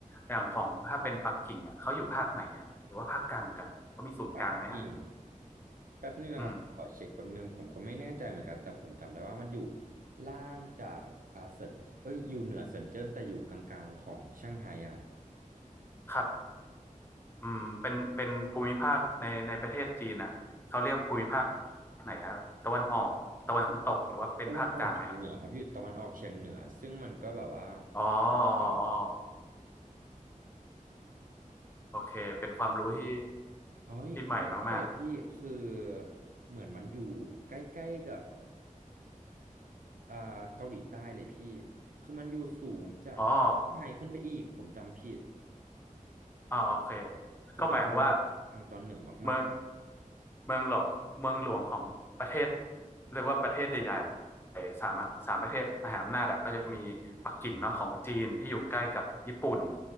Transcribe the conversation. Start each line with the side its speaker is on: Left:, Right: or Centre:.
Left: อย่างของถ้าเป็นปักกิ่งอ่ะเขาอยู่ภาคไหนอ่ะหรือว่าภาคกลางกันเขามีศูนย์กลางไหมอ่ะ
Right: ปักกิ่งแป๊บนึงนะครับผมขอเช็คแป๊บนึงผมก็ไม่แน่ใจเหมือนกันแต่ผมจำได้ว่ามันอยู่
Left: อืม
Right: ล่างจากอาเซินเอ้ยอยู่เหนือเซินเจิ้นแต่อยู่กลางๆของเซี่ยงไฮ้อะ
Left: ครับอืมเป็นเป็นภูมิภาคในในประเทศจีนอ่ะเขาเรียกภูมิภาคไหนอ่ะตะวันออกตะวันตกหรือว่าเป็นภาคกลางไหมครับ
Right: <laughs> คำว่าตะวันออกเฉียงเหนือครับอยู่ตะวันออกเฉียงเหนือซึ่งมันก็แบบว่า
Left: อ๋อ
Right: อ่า
Left: อ๋อโอเคเป็นความรู้ที่
Right: เอ้ยไม่ใช่เลยพี่คือ
Left: ที่ใหม่มาก
Right: เหมือนมันอยู่ใกล้ๆกับอ่าเกาหลีใต้เลยพี่คือมันอยู่สูงจาก
Left: ๆอ๋อ
Right: ไฮขึ้นไปอีกผมจำผิด
Left: อ่าโอเค
Right: คือเป็นเมืองทางตอนเหนือมาก
Left: ก็หมายความว่าเมืองเมืองหลอกเมืองหลวงของประเทศเรียกว่าประเทศใหญ่ๆสามอะสามประเทศมหาอำนาจอะก็จะมีปักกิ่งเนาะของจีนที่อยู่ใกล้กับญี่ปุ่น